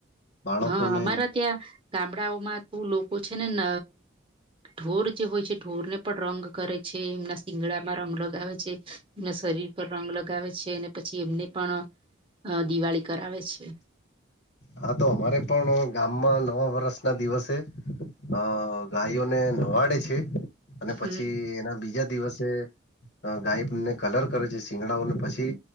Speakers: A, on the left (about 55°); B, on the right (about 25°).
A: બાળકોને
B: હા, અમારા ત્યાં ગામડાઓમાં ત લોકો છે ને ન ઢોર જે હોય છે, ઢોરને પણ રંગ કરે છે. એમના સિંગડામાં રંગ લગાવે છે. એમના શરીર પર રંગ લગાવે છે અને પછી એમને પણ અ દિવાળી કરાવે છે.
A: હા તો અમારે પણ ગામમાં નવા વર્ષના દિવસે અ ગયો ને નવાડે છે અને
B: હમ
A: એના બીજા દિવસે ગાયને કલર કરે છે શીંગડાઓને પછી